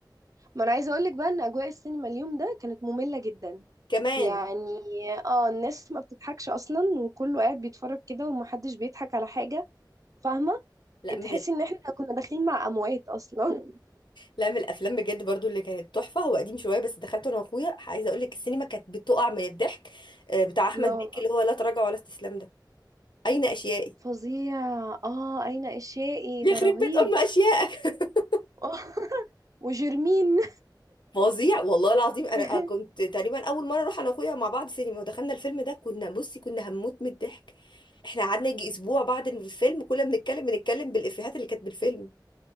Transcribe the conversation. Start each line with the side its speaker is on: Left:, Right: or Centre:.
Right: ما انا عايزه اقول لك بقى ان اجواء السينما اليوم ده كانت ممله جدا
Left: كمان
Right: يعني اه الناس ما بتضحكش اصلا وكله قاعد بيتفرج كده ومحدش بيضحك على حاجة فاهمة
Left: لا من
Right: تحسي
Left: ال...
Right: ان احنا كنا داخلين مع اموات اصلا
Left: لا من الافلام بجد برضو اللي كانت تحفه هو قديم شويه بس دخلته انا واخويا عايزه اقول لك السينما كانت بتقع من الضحك آه، بتاع احمد
Right: <laughs> لا
Left: مكي
Right: والله
Left: اللي هو لا تراجع ولا استسلام ده اين اشيائي
Right: فظيع اه اين اشيائي
Left: يخرب
Right: ده رهيب
Left: بيت ام اشيائك <laughs>
Right: <laughs> وجرمين
Left: فظيع والله العظيم انا
Right: <laughs>
Left: آه، كنت تقريبا اول مره اروح انا واخويا مع بعض سينما ودخلنا الفيلم ده كنا بصي كنا هنموت من الضحك احنا قعدنا يجي اسبوع بعد الفيلم كنا بنتكلم بنتكلم بالافيهات اللي كانت بالفيلم